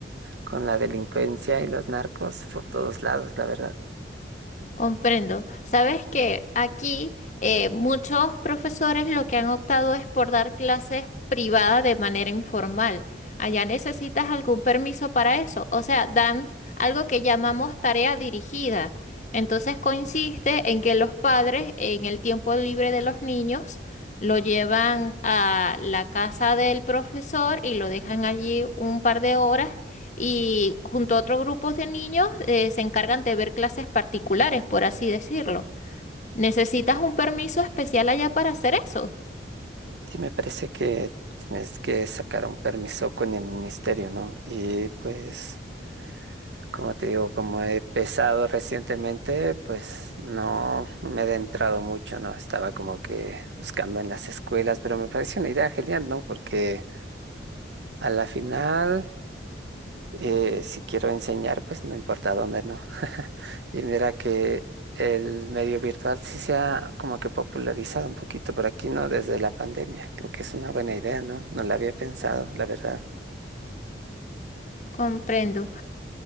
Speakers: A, on the right; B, on the left.
A: con la delincuencia y los narcos por todos lados, la verdad.
B: comprendo. Sabes que aquí eh, muchos profesores lo que han optado es por dar clases privadas de manera informal. Allá necesitas algún permiso para eso. O sea, dan algo que llamamos tarea dirigida. Entonces consiste en que los padres en el tiempo libre de los niños lo llevan a la casa del profesor y lo dejan allí un par de horas y junto a otros grupos de niños eh, se encargan de ver clases particulares, por así decirlo. ¿Necesitas un permiso especial allá para hacer eso?
A: Sí, me parece que tienes que sacar un permiso con el ministerio, ¿no? Y pues... Como te digo, como he pesado recientemente, pues no, no me he adentrado mucho, ¿no? Estaba como que buscando en las escuelas, pero me parece una idea genial, ¿no? Porque a la final, eh, si quiero enseñar, pues no importa dónde, ¿no? <laughs> Y mira que el medio virtual sí se ha como que popularizado un poquito por aquí, ¿no? Desde la pandemia. Creo que es una buena idea, ¿no? No la había pensado, la verdad.
B: Comprendo.